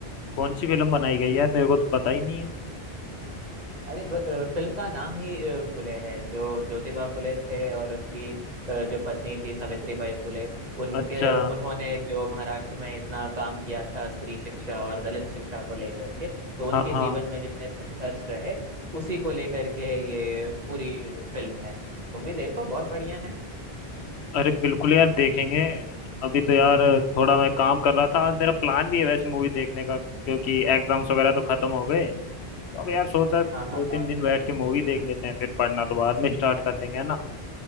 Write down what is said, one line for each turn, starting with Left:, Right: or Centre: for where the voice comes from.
Left: कौन सी फिल्म बनाई गई यार मेरे को तो पता ही नहीं है
Right: अरे ब- अ, फिल्म का नाम ही अ, फुले है जो ज्योतिबा फुले थे और उनकी अ, जो पत्नी थी सावित्रीबाई फुले उनके
Left: अच्छा
Right: उन्होंने जो महाराष्ट्र में इतना काम किया था स्त्री शिक्षा और दलित शिक्षा को लेकर के तो उनके
Left: हाँ हाँ
Right: जीवन में जितने संघर्ष रहे उसी को लेकर के ये पूरी फिल्म है तुम भी देखो बहुत बढ़िया है
Left: अरे बिल्कुल यार देखेंगे अभी तो यार थोड़ा मैं काम कर रहा था आज मेरा प्लान भी है वैसे मूवी देखने का क्योंकि एग्जाम्स वगैरह तो खत्म हो गए तो अब यार सोचा दो
Right: हाँ हाँ
Left: तीन
Right: हाँ
Left: दिन बैठ के मूवी देख लेते हैं फिर पढ़ना तो बाद में स्टार्ट कर देंगे है ना